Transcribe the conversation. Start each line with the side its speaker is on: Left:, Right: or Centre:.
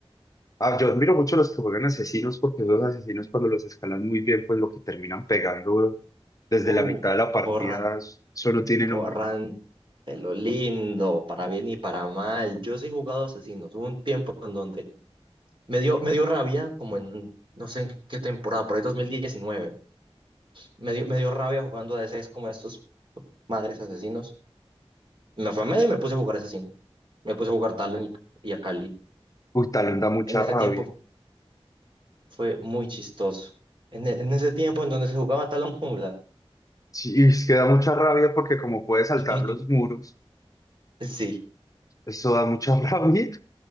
Left: Ah, yo admiro mucho a los que juegan asesinos porque esos asesinos cuando los escalan muy bien, pues lo que terminan pegando desde
Right: Uh,
Left: la mitad de la partida,
Right: borran,
Left: eso no tiene
Right: borran
Left: nombre.
Right: de lo lindo, para bien y para mal. Yo sí he jugado asesinos. Hubo un tiempo en donde Me dio, me dio rabia, como en, no sé en qué temporada, por ahí 2019. Me dio, me dio rabia jugando a DCs como estos madres asesinos. Me fue a medio y me puse a jugar asesino. Me puse a jugar Talon y, y a Cali.
Left: Uy, talón da mucha
Right: En ese
Left: rabia.
Right: tiempo fue muy chistoso. En, e- en ese tiempo en donde se jugaba Talon Jungla.
Left: Sí, es que da mucha rabia porque como puede saltar
Right: <laughs>
Left: los muros,
Right: Sí.
Left: eso da mucha <laughs> rabia.